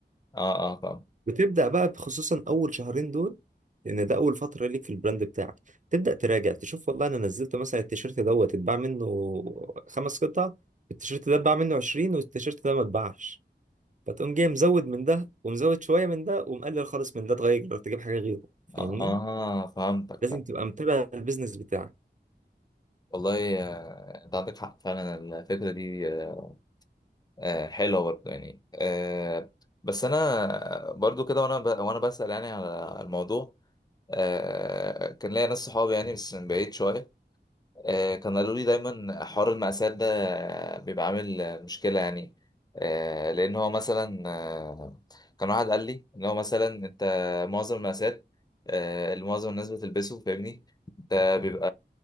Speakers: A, on the left (about 20°); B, on the right (about 45°).
A: اه آه، فاهم
B: بتبدأ بقى خصوصا أول شهرين دول لأن ده أول فترة ليك في البراند بتاعك تبدأ تراجع تشوف والله أنا نزلت مثلا التيشيرت دوت اتباع منه خمس قطع التيشيرت ده اتباع منه عشرين والتيشيرت ده ما اتباعش فتقوم جاي مزود من ده ومزود شوية من ده ومقلل خالص من ده تغير تجيب حاجة غيره
A: اه
B: فاهمني؟
A: آه، فهمتك
B: لازم
A: فاهم
B: تبقى متابع البيزنس بتاعك
A: والله آه، انت عندك حق فعلا الفكره دي آه، آه، حلوة برضه يعني آه، بس أنا برضه كده وأنا ب... وأنا بسأل يعني على الموضوع آه، كان ليا ناس صحابي يعني بس من بعيد شوية آه، كانوا قالوا لي دايما حوار المقاسات ده آه، بيبقى عامل مشكلة يعني آه، لأن هو مثلا آه، كان واحد قال لي إن هو مثلا أنت معظم المقاسات آه، اللي معظم الناس بتلبسه فاهمني أنت بيبقى